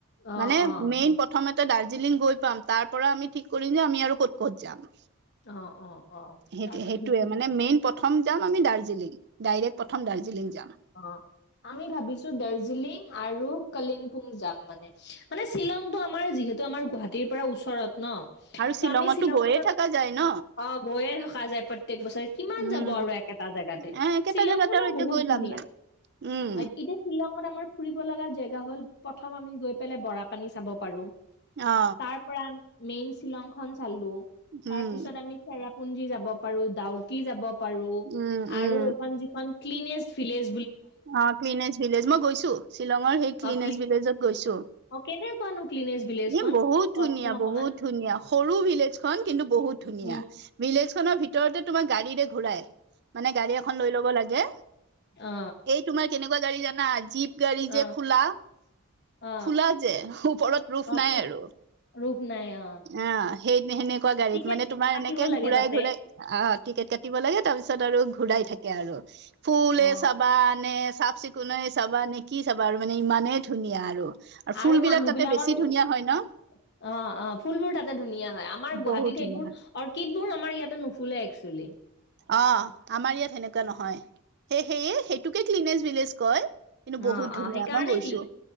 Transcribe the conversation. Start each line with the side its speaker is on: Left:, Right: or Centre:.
Left: অ
Right: মানে
Left: অ
Right: মেইন
Left: অ
Right: প্ৰথমতে ডাৰ দাৰ্জিলিং গৈ পাম তাৰ পৰা আমি ঠিক কৰিম যে আমি আৰু ক'ত ক'ত যাম
Left: অ অ অ
Right: সেই
Left: তাৰপৰা
Right: সেইটোয়ে, মানে মেইন প্ৰথম যাম আমি দাৰ্জিলিং ডাইৰেক্ট। প্ৰথম দাৰ্জিলিং যাম
Left: অ' আমি ভাবিছো দাৰ্জিলিং আৰু কলিংপুং যাম মানে। মানে, শ্বিলংতটো আমাৰ যিহেতু আমাৰ গুৱাহাটীৰ পৰা ওচৰত। ন।
Right: আৰু
Left: ত
Right: শ্বিলঙতো
Left: আমি শ্বিলঙত
Right: গৈয়ে থকা যায় ন
Left: অ গৈয়ে থ থকা যায় প্ৰত্যেক বছৰে কিমান
Right: উম
Left: যাব আৰু একেটা জেগাতে।
Right: এ একেটা
Left: শ্বিলং
Right: জেগাতে
Left: খনো
Right: আৰু এতিয়া
Left: বহুত
Right: গৈ
Left: ধুনীয়া
Right: লাভ নাই উম
Left: হয়। এতিয়া শ্বিলঙত আমাৰ ফুৰিব লগা জেগা হল প্ৰথম আমি গৈ পেলাই বৰা পানী চাব পাৰো।
Right: অ
Left: তাৰ পৰা মেইন শ্বিলং খন চালো। তাৰ
Right: উম
Left: পিছত আমি চেৰাপুঞ্জি যাব পাৰো। ডাউকি যাব পাৰো
Right: উম
Left: আৰু
Right: উম
Left: এখন যিখন কিলিনেছ ফিলেজ
Right: অ' ক্লিনেছ ভিলেজ। মই গৈছো শ্বিলঙৰ সেই ক্লিনেছ
Left: অ',
Right: ভিলেজত গৈছো।
Left: অ কেনেকুৱানো ক্লিনেজ ভিলেজ খন
Right: এ'বহুত
Left: কওকচোন
Right: ধুনীয়া
Left: অকমান
Right: বহুত ধুনীয়া। সৰু ভিলেজ খন কিন্তু বহুত ধুনীয়া।
Left: উম
Right: ভিলেজ খনৰ ভিতৰত ভিতৰতে তোমাৰ গাড়ীৰে ঘূৰাই। মানে গাড়ী এখন লৈ ল'ব লাগে।
Left: অ
Right: এই তোমাৰ কেনেক কেনেকুৱা গাড়ী জানা জীপ গাড়ী
Left: অ
Right: যে খোলা
Left: অ
Right: খোলা যে, ওপৰত প্ৰভ
Left: অ
Right: নাই আৰু।
Left: ৰূপ নাই অ
Right: অ' সেই সেনেকুৱা গাড়ীত
Left: টিকেট
Right: মানে তোমাৰ
Left: কাটিব
Right: এনেকে
Left: লাগে
Right: ঘূৰাই
Left: তাতে
Right: ঘুৰাই অ টিকেট কাটিব লাগে ত তাৰপিছত আৰু ঘূৰাই থাকে আৰু ফুল
Left: অ
Right: চাব। নে চাফ চিকুণে চাবা নে, কি চাবা আৰু মানে ইমানেই ধুনীয়া আৰু। ফুল
Left: আৰু
Right: বিলাক
Left: মানুহ
Right: তাতে
Left: বিলাকৰ
Right: বেছি
Left: উম,
Right: ধুনীয়া হয় ন
Left: অ, অ। ফুলবোৰ তাতে ধুনীয়া হয় আমাৰ গুৱাহাটীত
Right: বহুত ধুনীয়া
Left: সেইবোৰ অৰ্কিডবোৰ আমাৰ ইয়াতে নুফুলে একচুৱেলি।
Right: অ' আমাৰ ইয়াত সেনেকুৱা নহয়। সেই সেয়ে সেইটোকে ক্লিনেজ ভিলজ কয়। কিন্তু বহুত
Left: অ 'অ
Right: ধুনীয়া
Left: সেইকাৰণে
Right: মই গৈছো
Left: কি